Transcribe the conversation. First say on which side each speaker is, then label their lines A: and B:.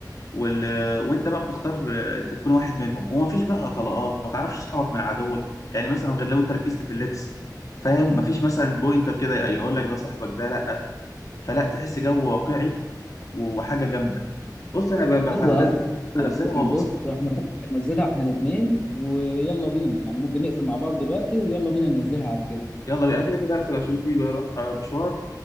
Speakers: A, on the left; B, on the left.
A: وال... وانت بقى بتختار آه، انت تكون واحد منهم ومفيش بقى طلقات ما تعرفش اصحابك من عدوك يعني مثلا غير لو انت ركزت في اللبس فاهم مفيش مثلا بوينتر كده يقول لك ده صاحبك ده لا فلا تحس جو واقعي وحاجه جامده بص انا بقى بقى
B: حلو
A: هنزل
B: قوي
A: هنزلها وابصيها
B: بص
A: لك.
B: احنا ممكن ننزلها احنا الاثنين ويلا بينا يعني ممكن نقفل مع بعض دلوقتي ويلا بينا ننزلها على كده
A: يلا بينا أنا كده كده هقفل عشان في بروح آه، مشوار